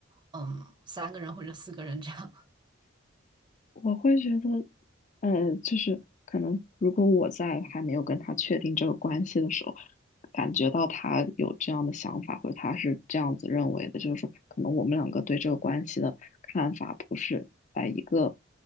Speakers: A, on the right; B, on the left.
A: 嗯，三个人或者四个人这样？
B: 我会觉得，呃，就是可能如果我在还没有跟他确定这个关系的时候，感觉到他有这样的想法，或者他是这样子认为的，就是说，可能我们两个对这个关系的看法不是在一个